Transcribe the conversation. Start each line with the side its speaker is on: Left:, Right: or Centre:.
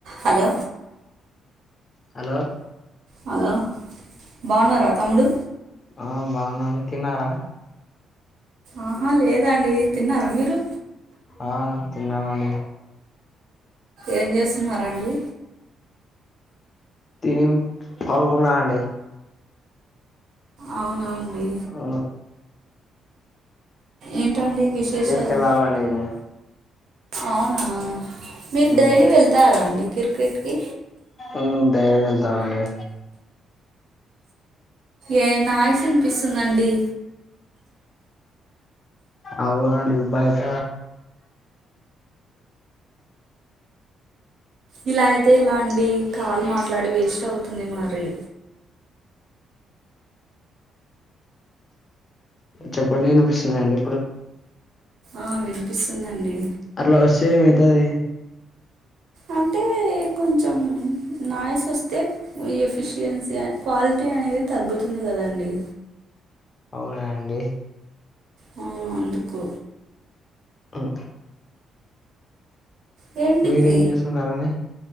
Right: Hello
Left: hello
Right: hello బావున్నారా తమ్ముడు
Left: ఆ బావున్న అండి తిన్నారా
Right: ఆహా లేదండి తిన్నారా మీరు
Left: ఆ తిన్నమండి
Right: ఏం చేస్తున్నారండి
Left: తేవ్ పడుకున్న అండి
Right: అవునా అండి
Left: ఆ
Right: ఏంటండి విశేషాలు
Left: కి వెళ్ళాలండి ఇంగ
Right: అవునా మీరు
Left: మ్మ్
Right: డైలీ వెళ్తారా అండి క్రికెట్కి
Left: ఆ డైలి వెళ్తానండి
Right: ఏ నాయిస్ ఇనిపిస్తుందండి
Left: అవునండి బయట
Right: ఇలా అయితే ఎలా అండి కాల్ మాట్లాడి వేస్ట్ అవుతుంది మరి
Left: చెప్పండి ఇనిపిస్తుందండి ఇప్పుడు
Right: ఆ వినిపిస్తుందండి
Left: అట్లా వస్తే ఏమైతది
Right: అంటే కొంచెం నాయిస్ వస్తే ఎఫిషియన్సీ క్వాలిటీ అనేది తగ్గుతుంది కదండి
Left: అవునా అండి
Right: హ్మ్ అందుకు
Left: మ్
Right: యండి
Left: మీరేం చేస్తుంటారండి